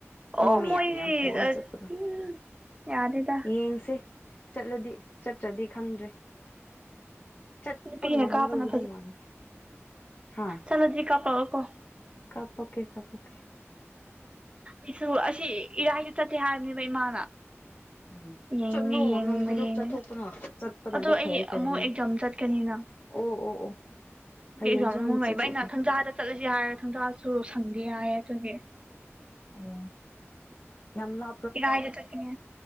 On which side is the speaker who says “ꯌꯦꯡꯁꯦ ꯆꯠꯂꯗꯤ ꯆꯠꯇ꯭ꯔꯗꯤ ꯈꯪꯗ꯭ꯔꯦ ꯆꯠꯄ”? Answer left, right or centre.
Left